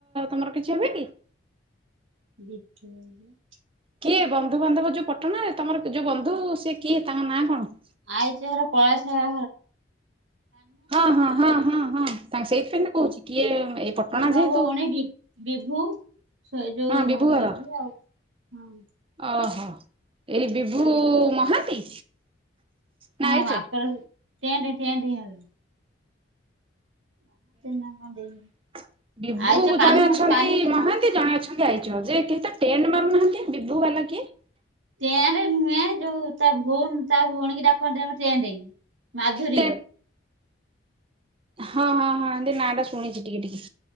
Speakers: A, on the right (about 30°); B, on the right (about 80°).
A: ତମର କିଛି ହେବେ ନି?
B: <inaudible>
A: କିଏ ବନ୍ଧୁବାନ୍ଧବ ଯୋଉଁ ପଟଣା ତମର ଯୋଉଁ ବନ୍ଧୁ ସେ କିଏ ତାଙ୍କ ନାଁ କଣ?
B: ଆଇଚର କଳାଶର
A: ହଁ ହଁ ହଁ ହଁ ହଁ ତାଙ୍କ ସେଇଥିପାଇଁ କହୁଛି କିଏ। ଏଇ ପଟଣା
B: ପ୍ରେମ
A: ଯେହେତୁ
B: ଭଉଣୀ ବିଭୁ ସେ ଯୋଉଁ
A: ହଁ ଘର
B: ବିଭୁ ଆଉ ହଁ।
A: ଓହୋ ଏଇ ବିଭୁ
B: ସେ ଦି-
A: ମହାନ୍ତି।
B: ହଁ
A: ନା ଆଇଚ?
B: ଆକ <inaudible> ନା କଣ ଦେଇଗଲା
A: <inaudible> ବିଭୁ
B: ଆଇଚ କାହ୍ନୁ
A: ଜଣେ ଅଛନ୍ତି
B: କାହ୍ନୁ
A: ମହାନ୍ତି ଜଣେ ଅଛନ୍ତି। <inaudible> ଯେ କେହି ତ ଟେଣ୍ଟ ମାରୁନାହାନ୍ତି ବିଭୁ ବାଲା କେ
B: ଟେଣ୍ଡ ନୁହେଁ ଯୋଉ ତା ଭଉଣ, ତା ଭଉଣୀ ଡାକନ୍ତି ଆମ ଟେଁଟେଇ। ମାଧୁରୀ
A: ଟେ ହଁ, ହଁ, ହଁ, ଏମତି ନାଁ ଟା ଶୁଣିଛି ଟିକେ ଟିକେ।